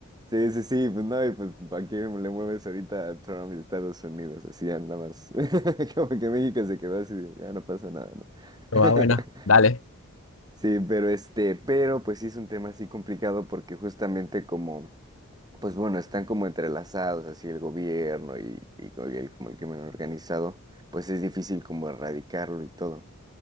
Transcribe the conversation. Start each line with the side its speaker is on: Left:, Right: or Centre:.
Right: Sí, sí, sí, pues no, y pues ¿para qué le mueves ahorita a Trump y Estados Unidos? Así ya nada más. <laughs> Como que México se quedó así, de, ya no pasa nada, ¿no?
Left: Pero
Right: <laughs>
Left: va, bueno, dale.
Right: Sí, pero este, pero pues sí es un tema así complicado porque justamente como Pues bueno, están como entrelazados, así el gobierno y, y co- y el, como el crimen organizado, pues es difícil como erradicarlo y todo.